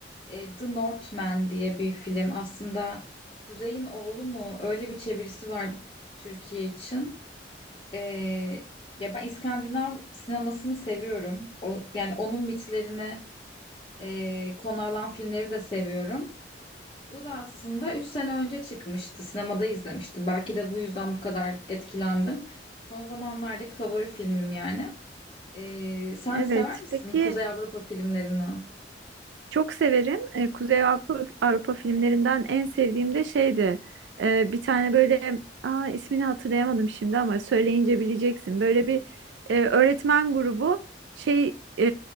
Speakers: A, on the left; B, on the right.
A: e, The Northman diye bir film. Aslında Kuzey'in Oğlu mu? Öyle bir çevirisi var Türkiye için. Ee, ya ben İskandinav sinemasını seviyorum. O, yani onun mitlerine e, konu alan filmleri de seviyorum. Bu da aslında 3 sene önce çıkmıştı. Sinemada izlemiştim. Belki de bu yüzden bu kadar etkilendim. Son zamanlardaki favori filmim yani. Ee, sen
B: Evet.
A: sever misin
B: Peki
A: Kuzey Avrupa filmlerini?
B: Çok severim. Ee, Kuzey Avrupa, Avrupa filmlerinden en sevdiğim de şeydi. Ee, bir tane böyle aa, ismini hatırlayamadım şimdi ama söyleyince bileceksin. Böyle bir e, öğretmen grubu şey e,